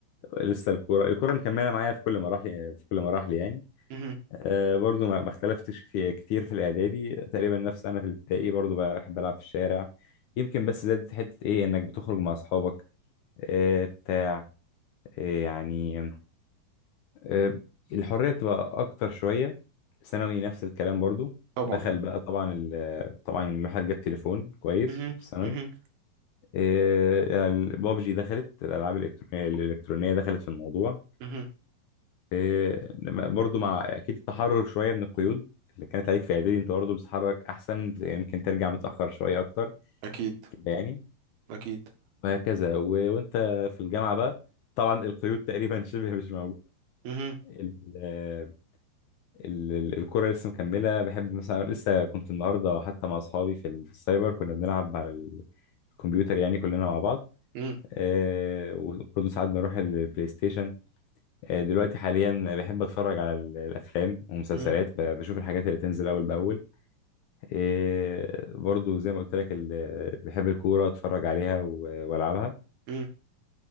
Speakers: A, on the left; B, on the right.
A: لسه الكوره الكوره مكمله معايا في كل مراحل في كل مراحل يعني
B: مهم.
A: أه برضو ما ما اختلفتش في كتير في الاعدادي تقريبا نفس انا في الابتدائي برضو بحب العب في الشارع يمكن بس زادت حته ايه انك بتخرج مع اصحابك أه بتاع أه يعني آه، الحرية بتبقى أكتر شوية ثانوي نفس الكلام برضو
B: طبعا
A: دخل بقى طبعا ال- طبعا الواحد جاب تليفون كويس
B: مهم.
A: في الثانوي
B: مهم.
A: آه، البابجي دخلت الألعاب الإلكترونية الإلكترونية دخلت في الموضوع
B: مهم.
A: آه، لما- برضو مع أكيد التحرر شوية من القيود اللي كانت عليك في إعدادي أنت برضو بتتحرك أحسن يمكن ترجع متأخر شوية أكتر
B: اكيد
A: كده يعني
B: اكيد
A: وهكذا و... وأنت في الجامعة بقى طبعا القيود تقريبا <laughs> شبه مش
B: مهم.
A: موجودة ال- ال- الكورة لسه مكملة بحب مثلا لسه كنت النهاردة حتى مع أصحابي في ال- في السايبر كنا بنلعب على ال- الكمبيوتر يعني كلنا مع بعض
B: مهم.
A: آه وبرضه ساعات بنروح البلاي ستيشن آه دلوقتي حاليا بحب أتفرج على ال- الأفلام ومسلسلات
B: مهم.
A: ب- بشوف الحاجات اللي تنزل أول بأول آه برضه زي ما قلت لك ال- بحب الكورة أتفرج عليها و- وألعبها
B: مهم.